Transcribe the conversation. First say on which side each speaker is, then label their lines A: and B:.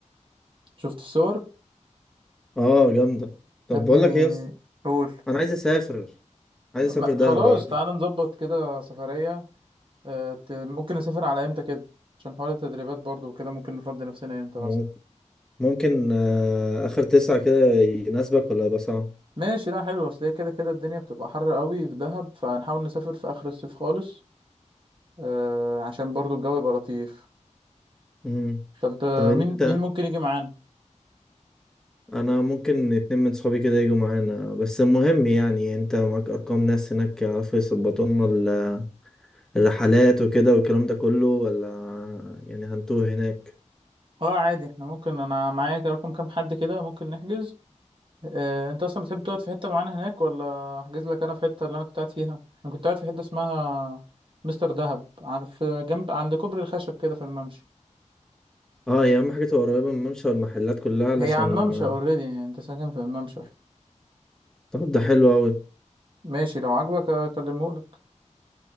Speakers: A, on the right; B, in the centre.
A: شفت الصور
B: اه جامده طب
A: يا ابني
B: بقول لك ايه يا اسطى،
A: قول
B: انا عايز اسافر عايز
A: ما
B: اسافر دهب
A: خلاص
B: آه،
A: تعالى نظبط كده سفريه آه، ت- ممكن نسافر على امتى كده عشان حوار التدريبات برضو وكده ممكن نفضي نفسنا امتى
B: ممكن
A: مثلا
B: ممكن آه، اخر تسعة كده يناسبك ولا يبقى صعب
A: ماشي لا حلو اصل هي كده كده الدنيا بتبقى حر قوي في دهب فهنحاول نسافر في اخر الصيف خالص آه، عشان برضو الجو يبقى لطيف
B: امم
A: طب آه،
B: طب انت
A: مين مين ممكن يجي معانا
B: انا ممكن اتنين من صحابي كده يجوا معانا بس المهم يعني انت معاك ارقام ناس هناك يعرفوا يظبطوا لنا ال- الرحلات وكده والكلام ده كله ولا يعني هنتوه هناك
A: اه عادي احنا ممكن انا معايا كده رقم كام حد كده ممكن نحجز اه انت اصلا بتحب تقعد في حته معينه هناك ولا احجز لك انا في حته اللي انا كنت قاعد فيها انا كنت قاعد في حته اسمها مستر دهب عن في جنب عند كوبري الخشب كده في الممشى
B: اه هي اهم حاجه تبقى قريبه من الممشى والمحلات كلها علشان
A: هي على الممشى اوريدي يعني انت ساكن في الممشى
B: طب ده حلو قوي
A: ماشي لو عاجبك اكلمهولك